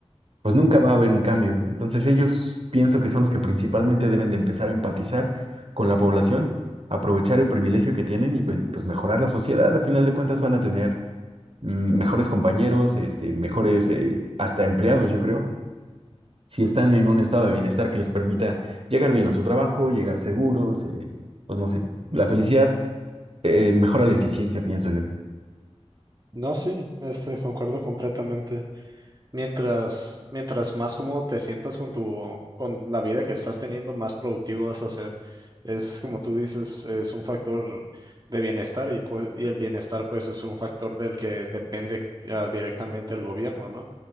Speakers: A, on the right; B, on the right.
A: pues nunca va a haber un cambio. Entonces ellos pienso que son los que principalmente deben de empezar a empatizar con la población, aprovechar el privilegio que tienen y pues, y, pues, mejorar la sociedad. A final de cuentas van a tener mm, mejores compañeros, este, mejores eh, hasta empleados, yo creo, si están en un estado de bienestar que les permita llegar bien a su trabajo, llegar seguros, eh, pues no sé, la felicidad eh, mejora la eficiencia, pienso yo.
B: No, sí, este, concuerdo completamente. Mientras, mientras más cómodo te sientas con tu, con la vida que estás teniendo, más productivo vas a ser. Es como tú dices, es un factor de bienestar y, co- y el bienestar pues es un factor del que depende ah, directamente el gobierno, ¿no?